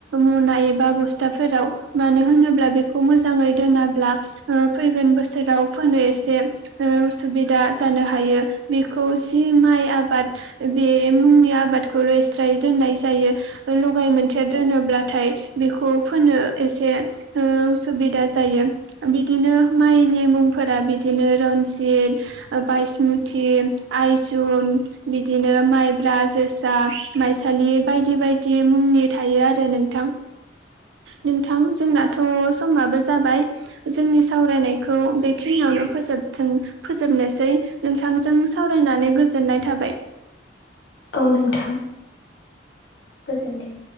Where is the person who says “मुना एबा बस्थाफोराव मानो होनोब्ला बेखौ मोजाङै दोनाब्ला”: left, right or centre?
Right